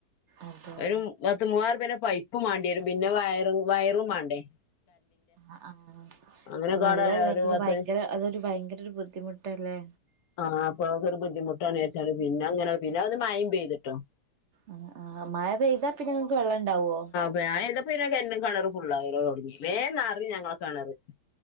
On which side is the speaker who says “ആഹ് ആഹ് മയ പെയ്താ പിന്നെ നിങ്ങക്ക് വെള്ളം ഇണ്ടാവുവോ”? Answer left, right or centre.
Right